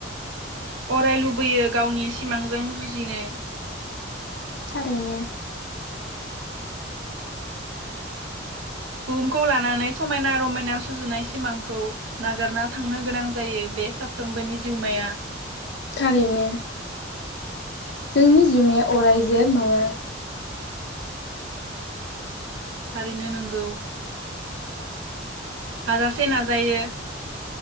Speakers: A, on the right; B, on the left.
A: अराय लुबैयो गावनि सिमांजों जुजिनो
B: थारैनो
A: बुहुमखौ लानानै समायना रमायना सुजुनाय सिमांखौ नागारना थांनो गोनां जायो बे साफ्रोमबोनि जिउमाया।
B: थारैनो जोंनि जिउमाया अराय जोर नङा।
A: थारैनो नोंगौ। हाजासे नाजायो।